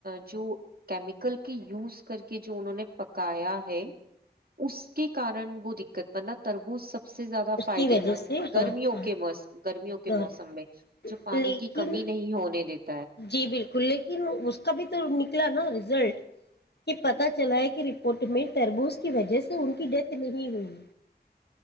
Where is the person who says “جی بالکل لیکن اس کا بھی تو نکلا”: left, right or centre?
Left